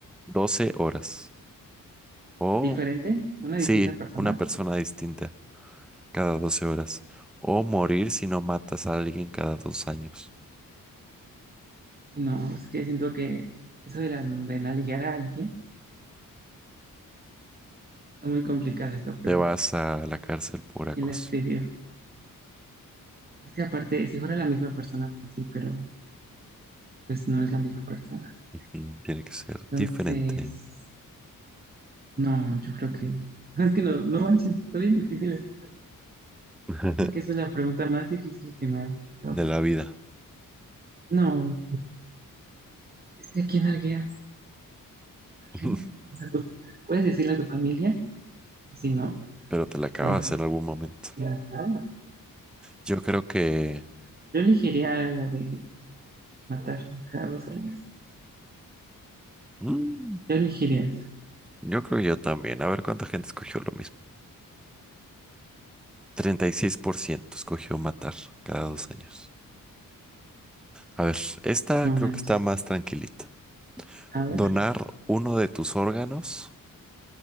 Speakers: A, in the centre; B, on the right.
A: 12 horas. O
B: ¿Diferente? ¿Una
A: sí,
B: distinta persona?
A: una persona distinta. cada 12 horas. O morir si no matas a alguien cada dos años.
B: Ay, no, es que siento que eso de, la, de nalguear a alguien está muy complicada esta pregunta.
A: Te vas a la cárcel por acoso.
B: ¿Quién la escribió? Es que aparte, si fuera la misma persona, pues sí, pero pues no es la misma persona.
A: Ujú, Tiene que ser
B: Entonces.
A: diferente
B: No, yo creo que. Es que no, no manches, está bien difícil esa pregunta.
A: <laughs>
B: Creo que esa es la pregunta más difícil que me ha que me
A: de
B: ha
A: la vida,
B: No, es que a quién algueas, a
A: <laughs>
B: quién no. O sea, pues puedes decirle a tu familia, si no,
A: pero te la acabas
B: pero pues.
A: en algún momento.
B: ya, ah,
A: Yo creo que...
B: Yo elegiría la de matar cada dos años.
A: mm,
B: Yo elegiría esa.
A: yo creo que yo también. A ver cuánta gente escogió lo mismo. treinta y seis por ciento escogió matar cada dos años. A ver, esta
B: No
A: creo
B: manches.
A: que está más tranquilita.
B: A ver.
A: ¿Donar uno de tus órganos